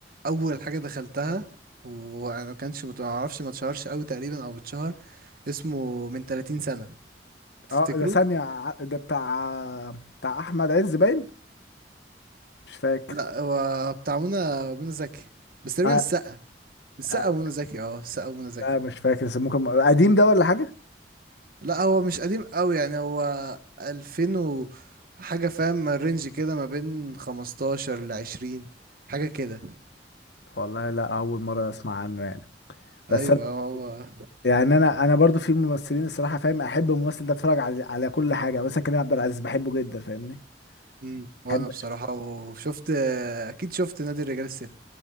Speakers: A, on the right (about 55°); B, on the left (about 70°).
A: اول حاجة دخلتها وما كانش ما اعرفش ما اتشهرش قوي تقريبا او اتشهر اسمه من 30 سنة تفتكروا
B: اه ده ثانيه ع- ده بتاع بتاع احمد عز باين مش فاكر
A: لا هو بتاع منى منى زكي بس تقريبا
B: آه
A: السقا السقا
B: آه
A: ومنى زكي اه السقا ومنى زكي
B: لا مش فاكر بس ممكن قديم ده ولا حاجه
A: لا هو مش قديم قوي يعني هو 2000 و حاجة فاهم رينج كده ما بين 15 ل 20 حاجة كده
B: والله لا اول مره اسمع عنه يعني بس
A: ايوه
B: انا
A: هو
B: يعني انا انا برضو في ممثلين الصراحه فاهم احب الممثل ده اتفرج على على كل حاجه مثلا كريم عبد العزيز بحبه جدا فاهمني
A: مم. وانا
B: بحب
A: بصراحة
B: أش-
A: وشفت اكيد شفت نادي الرجال السري